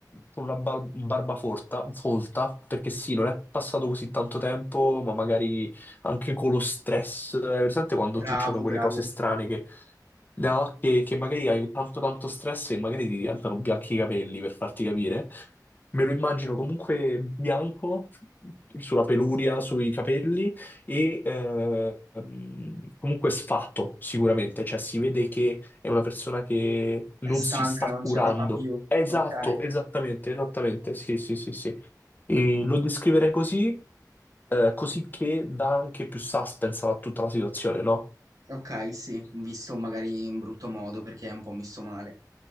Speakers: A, on the left (about 25°); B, on the right (about 55°).
A: con una bal- barba forta, folta, perché sì, non è passato così tanto tempo, ma magari anche con lo stress. Hai presente quando
B: Bravo,
A: succedono quelle
B: bravo.
A: cose strane che, no? Che, che magari hai tanto tanto stress e magari ti diventano bianchi i capelli, per farti capire. Me lo immagino comunque bianco sulla peluria, sui capelli e eh, mm, comunque sfatto sicuramente, cioè si vede che è una persona che
B: È
A: non
B: stanca,
A: si sta
B: non
A: curando.
B: ce la fa più.
A: Esatto,
B: Ok,
A: esattamente, esattamente, sì, sì, sì, sì. E lo descriverei così, eh, così che dà anche più suspense a tutta la situazione, no?
B: ok, sì, visto magari in brutto modo perché è un po' messo male.